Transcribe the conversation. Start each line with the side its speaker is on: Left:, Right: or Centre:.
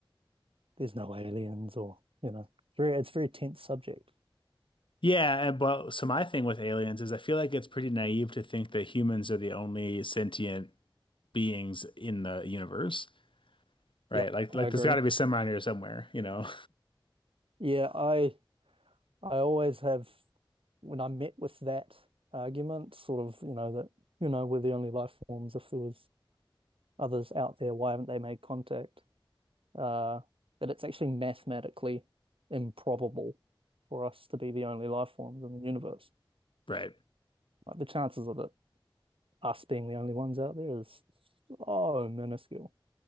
Right: there's no aliens or, you know, it's very it's a very tense subject.
Left: Yeah, and well, so my thing with aliens is I feel like it's pretty naive to think that humans are the only sentient beings in the universe. Right.
Right: Yep,
Left: Like like
Right: I agree.
Left: there's got to be some around here somewhere, you know.
Right: Yeah, I I always have when I'm met with that argument, sort of, you know, that, you know, we're the only life forms. If there was others out there, why haven't they made contact? Uh, that it's actually mathematically improbable for us to be the only life forms in the universe.
Left: Right.
Right: Like the chances of it us being the only ones out there is so minuscule.